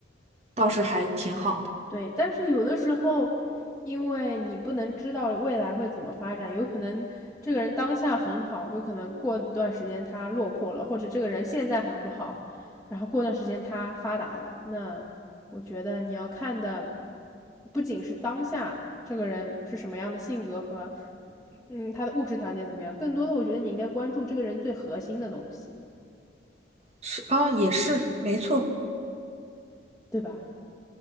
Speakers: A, on the right; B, in the centre.
A: 倒是还挺好的。
B: 对，但是有的时候，因为你不能知道未来会怎么发展，有可能这个人当下很好，有可能过段时间他落魄了，或者这个人现在很不好，然后过段时间他发达了。那我觉得你要看的不仅是当下这个人是什么样的性格和嗯他的物质条件怎么样，更多的我觉得你应该关注这个人最核心的东西，
A: 是啊，也是没错。
B: 对吧？